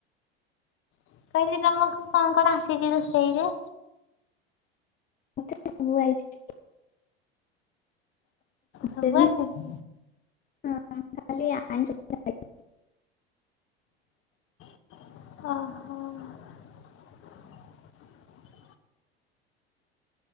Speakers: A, on the left; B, on the left.
A: ମୁଁ କହିଲି ତମକୁ କଣ କଣ ଆସିଚି ରୁଷେଇରେ?
B: ମତେ ସବୁ ଆଇଚି।
A: ସବୁ
B: ଦେବି
A: ଆସିଛି।
B: ହଁ ଖାଲି ଆଇଁଷକୁ ଛାଡିକି।
A: ଅହଁ।